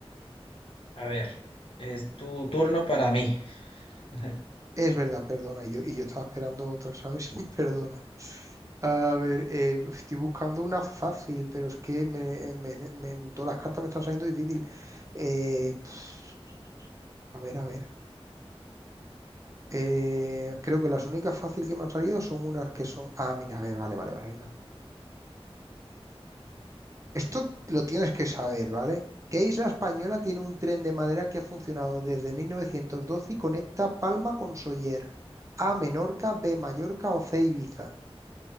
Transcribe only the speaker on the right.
es verdad, perdona, y yo, y yo estaba esperando otra, ¿sabes? <laughs> Perdona. A ver, eh, estoy buscando una fácil, pero es que me, eh, me- me- todas las cartas me están saliendo difícil. Eh, pf, a ver, a ver. Eh, creo que las únicas fácil que me han salido son unas que son. Ah, mira, a ver, vale, vale, vale. vale. Esto lo tienes que saber, ¿vale? ¿Qué isla española tiene un tren de madera que ha funcionado desde 1912 y conecta Palma con Soller? A, Menorca, B, Mallorca o C, Ibiza.